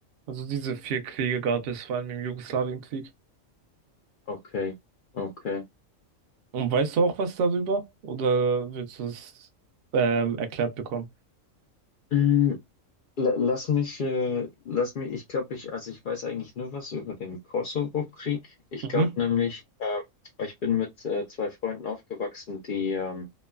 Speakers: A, on the right; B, on the left.
A: Also diese vier Kriege gab es, vor allem im Jugoslawienkrieg.
B: ich. Okay, okay.
A: Und weißt du auch was darüber? Oder willst du es ähm, erklärt bekommen?
B: Mm, la- lass mich, äh, lass mich, ich glaube, ich, also ich weiß eigentlich nur was über den Kosovo-Krieg. Ich
A: Mhm,
B: glaube nämlich, äh, ich bin mit äh, zwei Freunden aufgewachsen, die, ähm,